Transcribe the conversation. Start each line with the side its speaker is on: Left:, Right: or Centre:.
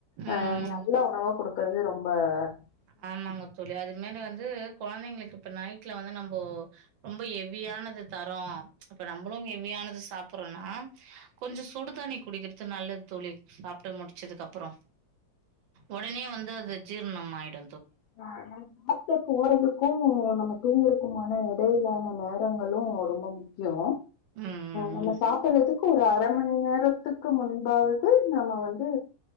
Right: ம்
Left: அ நல்ல உணவா குடுக்குறது ரொம்ப ஆ
Right: ஆமாங்க தோழி அது மாரி வந்து கொழந்தைங்களுக்கு இப்போ நைட்ல வந்து நம்ம ரொம்ப ஹெவியானத தரோ இப்போ நம்மளு ஹெவியானத சாப்பிட்றோம்னா கொஞ்சோ சுடுதண்ணி குடிக்கர்து நல்லது தோழி சாப்ட் முடிச்ச ச்சதுக்கப்புறோ உடனே வந்து அது ஜீர்ணம் ஆயிடு
Left: ஆ நம்ம சாப்ட போறதுக்கு நம்ம தூங்கறக்குமான <unintelligible> விலான வெவரங்களு ரொம்ப முக்கியோஆ
Right: ம், ம்,
Left: நம்ம
Right: ம்.
Left: சாப்பிட்றதுக்கு ஒரு அரை மணி நேரத்துக்கு முன்பாவது நம்ம வந்து